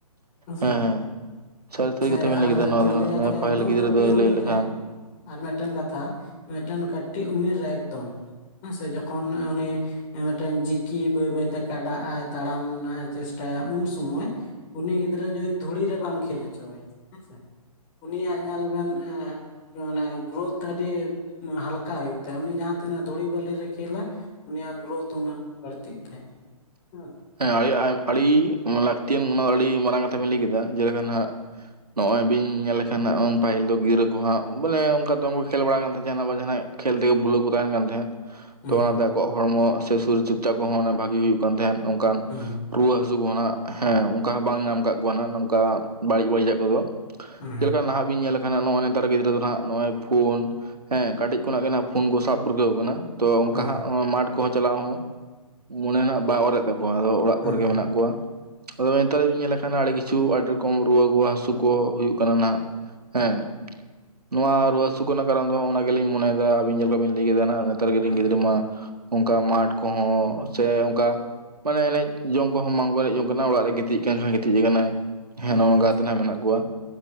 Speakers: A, on the left; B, on the right.
A: ᱦᱮᱸᱥᱮ
B: ᱦᱮᱸ ᱥᱟᱹᱨᱤ ᱥᱟᱹᱨᱤ
A: ᱥᱮ
B: ᱠᱟᱛᱷᱟ ᱵᱮᱱ ᱞᱟᱹᱭ
A: ᱟᱨ
B: ᱠᱮᱫᱟ ᱱᱚᱣᱟ
A: ᱞᱟᱹᱭᱟᱠᱚ
B: ᱫᱚ ᱦᱟᱜ ᱯᱟᱹᱦᱤᱞ
A: ᱮᱠᱫᱚᱢ
B: ᱜᱤᱫᱽᱨᱟᱹ
A: ᱠᱟᱹᱴᱤᱡ
B: ᱫᱚᱭ
A: ᱩᱢᱮᱨ
B: ᱞᱟᱹᱭ ᱞᱮᱠᱷᱟᱱ
A: ᱨᱮ ᱟᱨ ᱢᱤᱫᱴᱮᱱ ᱠᱟᱛᱷᱟ ᱢᱤᱫᱴᱮᱱ ᱠᱟᱹᱴᱤᱡ ᱩᱢᱮᱨ ᱨᱮ ᱮᱠᱫᱚᱢ ᱦᱮᱸᱥᱮ ᱡᱚᱠᱷᱚᱱ ᱩᱱᱤ ᱢᱤᱫᱴᱮᱱ ᱡᱤᱠᱤ ᱵᱟᱹᱭ ᱵᱟᱹᱭᱛᱮ ᱠᱟᱰᱟ ᱟᱭ ᱛᱟᱲᱟᱢ ᱨᱮᱱᱟᱜ ᱮ ᱪᱮᱥᱴᱟᱭᱟ ᱩᱱ ᱥᱚᱢᱚᱭ ᱩᱱᱤ ᱜᱤᱫᱽᱨᱟᱹ ᱡᱩᱫᱤ ᱫᱷᱩᱲᱤ ᱨᱮ ᱵᱟᱢ ᱠᱷᱮᱞ ᱦᱚᱪᱚ ᱟᱭᱟ ᱦᱮᱸ ᱥᱮ ᱩᱱᱤᱭᱟᱜ ᱧᱮᱞ ᱵᱮᱱ ᱮ ᱢᱟᱱᱮ ᱜᱨᱳᱛᱷ ᱟᱹᱰᱤ ᱦᱟᱞᱠᱟ ᱦᱩᱭᱩᱜ ᱛᱟᱭᱟ ᱩᱱᱤ ᱡᱟᱦᱟᱸ ᱛᱤᱱᱟᱹᱜ ᱫᱷᱩᱲᱤ ᱵᱟᱹᱞᱤᱨᱮ ᱠᱷᱮᱞᱟ ᱩᱱᱤᱭᱟᱜ ᱜᱨᱳᱛᱷ ᱩᱱᱟᱹᱜ ᱵᱟᱹᱲᱛᱤᱜ ᱛᱟᱭᱟ ᱦᱩᱸ
B: ᱦᱮᱸ ᱟᱹᱰᱤ ᱟᱹᱰᱤ ᱞᱟᱹᱠᱛᱤᱭᱟᱱ ᱚᱱᱟ ᱟᱹᱰᱤ ᱢᱟᱨᱟᱝ ᱠᱟᱛᱷᱟ ᱵᱮᱱ ᱞᱟᱹᱭ ᱠᱮᱫᱟ ᱡᱮᱞᱮᱠᱟ ᱦᱟᱸᱜ ᱱᱚᱜᱼᱚᱭ ᱵᱤᱱ ᱧᱮᱞ ᱞᱮᱠᱷᱟᱱ ᱦᱟᱸᱜ ᱯᱟᱹᱦᱤᱞ ᱫᱚ ᱜᱤᱫᱽᱟᱹ ᱠᱩ ᱦᱟᱸᱜ ᱵᱚᱞᱮ ᱚᱱᱠᱟ ᱫᱚᱢᱚ ᱠᱷᱮᱞ ᱵᱟᱲᱟ ᱠᱟᱱ ᱛᱟᱦᱮᱸ ᱡᱟᱦᱱᱟᱜ ᱵᱟᱝ ᱡᱟᱦᱱᱟᱜ ᱠᱷᱮᱞ ᱛᱮᱜᱮ ᱵᱷᱩᱞᱟᱹ ᱠᱚ ᱛᱟᱦᱮᱱ ᱠᱟᱱ ᱛᱟᱦᱮᱸᱫ
A: ᱦᱩᱸ
B: ᱛᱚ ᱚᱱᱟᱛᱮ ᱟᱠᱚᱣᱟᱜ ᱦᱚᱲᱢᱚ ᱥᱮ ᱥᱚᱨᱤᱨ ᱪᱚᱨᱪᱟ ᱠᱚᱦᱚᱸ ᱵᱷᱟᱜᱮ ᱦᱩᱭᱩᱜ ᱠᱟᱱ ᱛᱟᱦᱮᱸᱫ ᱚᱝᱠᱟᱱ
A: ᱦᱩᱸ
B: ᱨᱩᱣᱟᱹ ᱦᱟᱹᱥᱩ ᱠᱚᱸ ᱱᱟᱜ ᱦᱮᱸ ᱚᱱᱠᱟ ᱦᱚᱸ ᱵᱟᱝ ᱧᱟᱢ ᱠᱟᱜ ᱠᱚᱣᱟ ᱱᱟᱜ ᱱᱚᱝᱠᱟ ᱵᱟᱹᱲᱤᱡ ᱵᱟᱹᱲᱤᱡᱟᱜ ᱠᱚᱫᱚ
A: ᱦᱩᱸ
B: ᱪᱮᱫ
A: ᱦᱩᱸ
B: ᱞᱮᱠᱟ ᱱᱟᱦᱟᱸᱜ ᱵᱤᱱ ᱧᱮᱞ ᱱᱚᱜᱼᱚᱭ ᱱᱮᱛᱟᱨ ᱜᱤᱫᱽᱨᱟᱹ ᱫᱚ ᱦᱟᱸᱜ ᱱᱚᱜᱼᱚᱭ ᱯᱷᱳᱱ ᱦᱮᱸ ᱠᱟᱹᱴᱤᱡ ᱠᱷᱚᱱᱟᱜ ᱜᱮ ᱱᱟᱜ ᱯᱷᱳᱱ ᱠᱚ ᱥᱟᱵ ᱯᱟᱹᱨᱠᱟᱹᱣ ᱠᱟᱱᱟ, ᱛᱚ ᱚᱝᱠᱟ
A: ᱦᱩᱸ
B: ᱦᱟᱸᱜ ᱢᱟᱴᱷ ᱠᱚᱦᱚᱸ ᱪᱟᱞᱟᱣ ᱦᱚᱸ ᱢᱚᱱᱮ ᱱᱟᱜ ᱵᱟᱭ ᱚᱨᱮᱫ ᱛᱟ ᱠᱚᱣᱟ ᱟᱫᱚ ᱚᱲᱟᱜ
A: ᱦᱩᱸ
B: ᱠᱚᱨᱮᱜ ᱜᱮ ᱢᱮᱱᱟᱜ ᱠᱚᱣᱟ ᱟᱫᱚ ᱱᱮᱛᱟᱨ ᱡᱩᱫᱤ ᱵᱮᱱ ᱧᱮᱞ ᱠᱷᱟᱱ ᱟᱹᱰᱤ ᱠᱤᱪᱷᱩ ᱟᱹᱰᱤ ᱨᱚᱠᱚᱢ ᱨᱩᱣᱟᱹ ᱠᱚ ᱦᱟᱹᱥᱩ ᱠᱚ ᱦᱩᱭᱩᱜ ᱠᱟᱱᱟ ᱱᱟᱦᱟᱸᱜ ᱦᱮᱸ, ᱱᱚᱣᱟ ᱨᱩᱣᱟᱹ ᱦᱟᱹᱥᱩ ᱠᱚᱨᱮᱱᱟᱜ ᱠᱟᱨᱚᱱ ᱫᱚ ᱱᱚᱜᱼᱱᱟ ᱜᱮᱞᱤᱧ ᱢᱚᱱᱮᱭ ᱫᱟ ᱟᱵᱤᱱ ᱡᱮᱞᱮᱠᱟ ᱵᱤᱱ ᱞᱟᱹᱭ ᱠᱮᱫᱟ ᱱᱟᱜ ᱛᱟᱨ
A: ᱦᱩᱸ
B: ᱨᱮᱱ ᱜᱤᱫᱽᱨᱟᱹ ᱢᱟ ᱚᱱᱠᱟ ᱢᱟᱴᱷ ᱠᱚᱦᱚᱸ ᱥᱮ ᱚᱝᱠᱟ ᱢᱟᱱᱮ ᱮᱱᱮᱡ ᱡᱚᱝ ᱠᱚᱦᱚᱸ ᱵᱟᱝ ᱠᱚ ᱮᱱᱮᱡ ᱡᱚᱝ ᱠᱟᱱᱟ ᱚᱲᱟᱜ ᱨᱮ ᱜᱤᱛᱤᱡ ᱠᱟᱱ ᱠᱷᱟᱡ ᱜᱤᱛᱤᱡ ᱠᱟᱱᱟᱭ, ᱦᱮᱸ
A: ᱦᱩᱸ
B: ᱱᱚᱸᱜᱼᱱᱚᱝᱠᱟᱛᱮ
A: ᱦᱩᱸ
B: ᱦᱟᱸᱜ ᱢᱮᱱᱟᱜ ᱠᱚᱣᱟ᱾